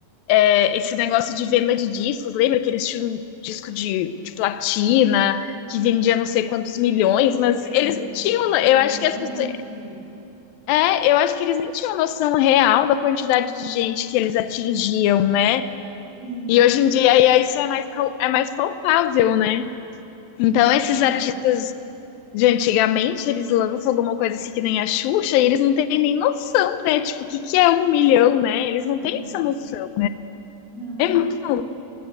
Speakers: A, on the left (about 80°); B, on the right (about 65°).
A: É, esse negócio de venda de discos, lembra que eles tinham um disco de, de platina que vendia não sei quantos milhões,
B: Eu
A: mas
B: lembro.
A: eles não tinham,
B: Diamante.
A: eu acho que as pessoas, é, eu acho que eles nem tinham noção real da quantidade de gente que eles atingiam, né?
B: Sim,
A: E hoje em dia aí, isso é mais, é mais palpável, né? Então
B: verdade.
A: esses artistas de antigamente, eles lançam alguma coisa assim que nem a Xuxa e eles não têm nem noção, né? Tipo, o que, que é um milhão, né? Eles não
B: Não,
A: têm essa noção.
B: não,
A: É
B: não
A: muito.
B: tem.
A: novo.